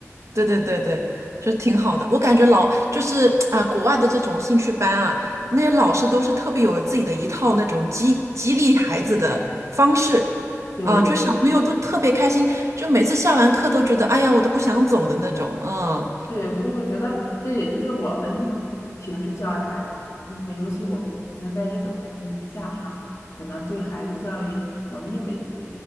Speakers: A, on the right; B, on the left.
A: 对对对对，就挺好的。我感觉老就是啊，国外的这种兴趣班啊，那些老师都是特别有自己的一套那种激激励孩子的方式啊，
B: 对对对。
A: 就小朋友都特别开心，就每次下完课都觉得哎呀，我都不想走的那种，嗯。
B: 对，所以我觉得这也就是我们平时教育孩子，可能就是说，尤其我们已经在这个环境之下哈，可能对孩子教育，我们也得